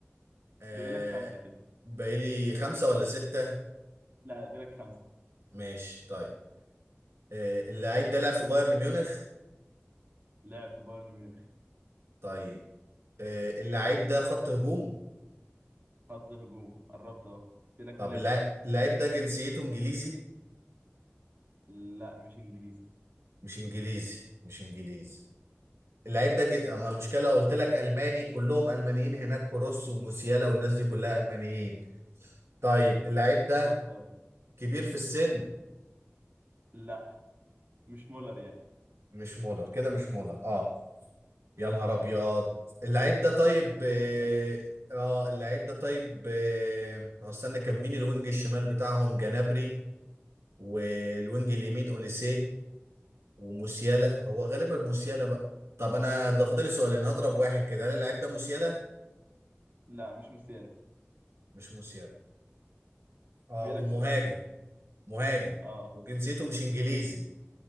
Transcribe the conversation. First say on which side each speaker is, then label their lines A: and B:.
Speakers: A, on the right; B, on the right.
A: آه
B: باقي لك خمسه كده
A: باقيلي خمسة ولا ستة
B: لا باقي لك خمسه
A: ماشي طيب آه اللعيب ده لعب في بايرن ميونخ
B: لعب في بايرن ميونخ
A: طيب آه اللعيب ده خط هجوم
B: خط هجوم قربت اهو باقي لك
A: طب
B: ثلاثه
A: اللع- اللعيب ده جنسيته إنجليزي
B: لا مش انجليزي
A: مش إنجليزي مش إنجليزي اللعيب ده ج... أما
B: ها
A: المشكلة قلت لك ألماني كلهم ألمانيين هناك كروس وموسيالا والناس دي كلها ألمانيين طيب اللعيب ده
B: قربت اهو
A: كبير في السن
B: لا مش مولر يعني
A: مش مولر كده مش مولر اه يا نهار ابيض اللعيب ده طيب
B: باقي
A: اه
B: لك سؤالين
A: آه، اللعيب ده طيب اه ما هو استنى كان مين الوينج الشمال بتاعهم جنابري والوينج اليمين اوليسيه وموسيالا هو غالبا موسيالا بقى طب انا ده فاضل لي سؤالين هضرب واحد كده هل اللعيب ده موسيالا
B: لا مش موسيالا
A: مش موسيالا اه
B: باقي
A: ومهاجم
B: لك سؤال
A: مهاجم
B: اه
A: وجنسيته مش انجليزي